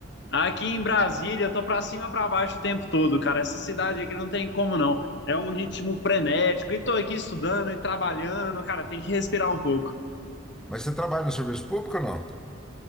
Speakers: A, on the left (about 55°); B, in the centre.
A: Aqui em Brasília, tô pra cima e pra baixo o tempo todo, cara. Essa cidade aqui não tem como não. É um ritmo frenético. E tô aqui estudando e trabalhando, cara. Tem que respirar um pouco.
B: Mas você trabalha no serviço público ou não?